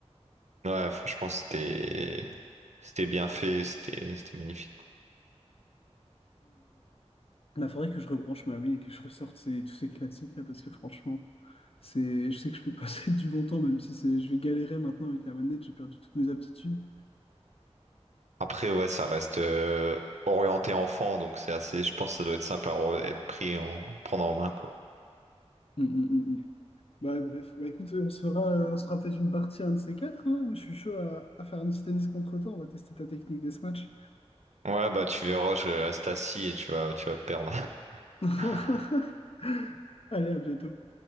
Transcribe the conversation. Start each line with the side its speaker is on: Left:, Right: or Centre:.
Right: Ouais, franchement, c'était c'était bien fait, c'était c'était magnifique. quoi.
Left: Il faudrait que je rebranche ma Wii et que je ressorte ces- tous ces classiques là parce que franchement, c'est, je sais que je peux passer <laughs> du bon temps même si c'est, je vais galérer maintenant avec la manette, j'ai perdu toutes mes aptitudes.
Right: Après, ouais, ça reste euh, orienté enfant, donc c'est assez. Je pense que ça doit être simple à re- être pris en prendre en main, quoi.
Left: Mm, mm, mm, mm. Bah, bref, bah, écoute, on se fera, euh, on se fera peut-être une partie un de ces quatre. hein. Moi, je suis chaud à, à faire un petit tennis contre toi. On va tester ta technique des matchs.
Right: Ouais, bah tu verras, je reste assis et tu vas tu vas perdre.
Left: <laughs>
Right: <laughs>
Left: Allez, à bientôt.